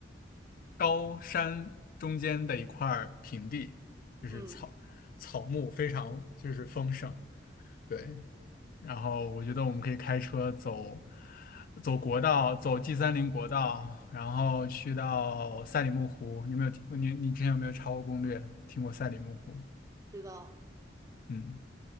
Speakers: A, on the left (about 50°); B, on the right (about 20°).
A: 高山中间的一块儿平地，就是草草木非常就是丰盛。
B: 嗯，
A: 对，然后我觉得我们可以开车走走国道，走 G 三零国道，然后去到赛里木湖。你有没有听？你你之前有没有查过攻略？听过赛里木湖？
B: 知道。
A: 嗯，